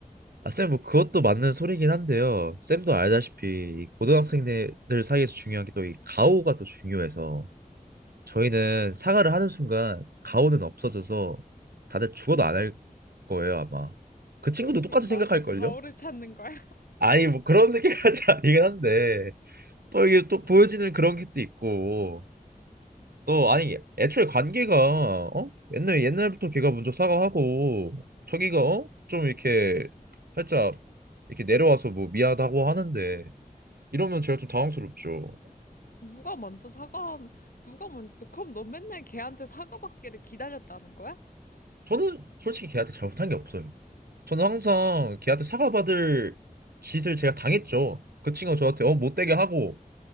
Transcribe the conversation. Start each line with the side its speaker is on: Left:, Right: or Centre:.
Right: 아, 쌤, 뭐 그것도 맞는 소리긴 한데요. 쌤도 알다시피 이 고등학생들 사이에서 중요한 게 또 이 가오가 또 중요해서 저희는 사과를 하는 순간 가오는 없어져서 다들 죽어도 안 할 거예요, 아마. 그 친구도
Left: 너 지금
Right: 똑같이
Left: 나한테
Right: 생각할걸요?
Left: 가오를 찾는 거야?
Right: 아니, 뭐 그런 생각까지 <laughs> 아니긴 한데 또 이게 또 보여지는 그런 게 또 있고 너 아니 애초에 관계가 어? 옛날 옛날부터 걔가 먼저 사과하고 저기가 어? 좀 이렇게 살짝 이렇게 내려와서 뭐 미안하다고 하는데 이러면 제가 좀 당황스럽죠.
Left: 누가 먼저 사과, 누가 먼저, 그럼 너 맨날 걔한테 사과 받기를 기다렸다는 거야?
Right: 저는 솔직히 걔한테 잘못한 게 없어요. 저는 항상 걔한테 사과받을 짓을 제가 당했죠. 그 친구가 저한테 어 못되게 하고